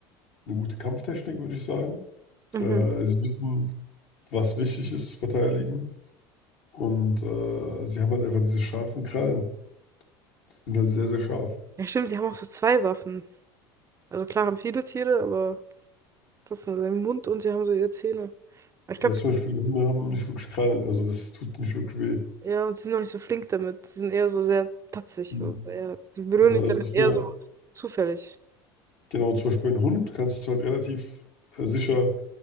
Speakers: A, on the left; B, on the right.
A: eine gute Kampftechnik, würde ich sagen.
B: Mhm.
A: Äh, sie wissen, was wichtig ist zu verteidigen. Und äh, sie haben halt einfach diese scharfen Krallen. Die sind halt sehr, sehr scharf.
B: Ja, stimmt, die haben auch so zwei Waffen. Also klar haben viele Tiere, aber das sind haben den Mund und sie haben so ihre Zähne. Aber Ich
A: Ja,
B: glaube,
A: zum Beispiel Hunde haben nicht wirklich Krallen, also das tut nicht wirklich weh.
B: ja, und sie sind noch nicht so flink damit. Sie sind eher so sehr tatzig.
A: Hm.
B: So. Eher, die berühren
A: Ja, also
B: dich damit
A: das ist
B: eher
A: ja,
B: so zufällig.
A: genau, zum Beispiel ein Hund kannst du halt relativ äh, sicher,